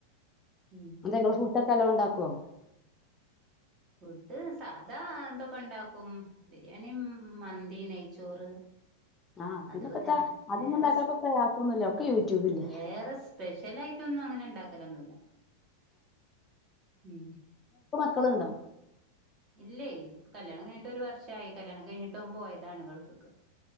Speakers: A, on the right (about 35°); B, on the left (about 20°).
A: ഉം
B: അതെ ങ്ങള് ഫുഡൊ ക്കെ നല്ലോണ്ടാക്കോ
A: ഫുഡ് സാധാ തൊക്കെ ണ്ടാകും ബിരിയാണി മന്തി നെയ്ചോറ്
B: ആഹ് പിന്നെപ്പത്താ
A: അതൊക്കെതന്നെ
B: അതൊന്നും
A: വേറെസ്
B: ഉണ്ടാക്കാപ്പൊ പ്രയാസമൊന്നുമില്ല ഒക്കെ യൂട്യൂബില്ലേ
A: വേറെ സ്പെഷലയി ട്ടൊന്നും അങ്ങനെ ഇണ്ടാക്കലൊന്നുല്ലാ ഉം
B: ക്കളുണ്ടോ
A: ഇല്ലേ കല്യാണം കഴിഞ്ഞിട്ട് ഒരു വർഷായി കല്യാണം കഴിഞ്ഞിട്ട് ഓൻ പോയതാണ് ഗൾഫ്ക്